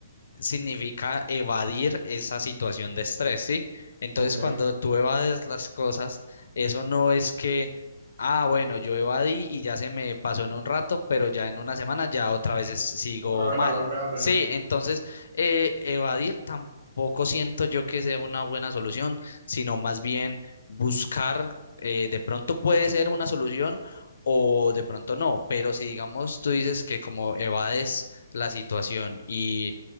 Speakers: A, on the left (about 70°); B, on the right (about 70°).
A: significa evadir esa situación de estrés, ¿sí? Entonces,
B: ok.
A: cuando tú evades las cosas, eso no es que, ah, bueno, yo evadí y ya se me pasó en un rato, pero ya en una semana ya otra vez es- sigo
B: Otra vez
A: mal.
B: la vuelves a tener.
A: Sí, entonces, eh, evadir tampoco siento yo que sea una buena solución, sino más bien buscar, eh, de pronto puede ser una solución. O de pronto no, pero si digamos tú dices que como evades la situación y